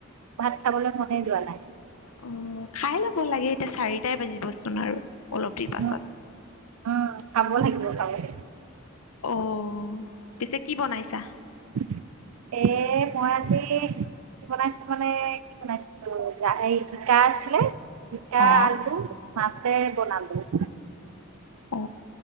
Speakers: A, on the right; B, on the left.
A: ভাত খাবলৈ মনেই যোৱা নাই।
B: অ খাই ল'ব লাগে এতিয়া চাৰিটাই বাজিবচোন আৰু। অলপ দেৰি
A: উম
B: পাছত।
A: উম খাব লাগিব খাব লাগিব
B: অ পিছে কি বনাইছা।
A: <inaudible> এ মই আজি বনাইছো মানে কি বনাইছিলো? এই জিকা আছিলে জিকা,
B: অ
A: আলু, মাছে বনালো। <inaudible>
B: অ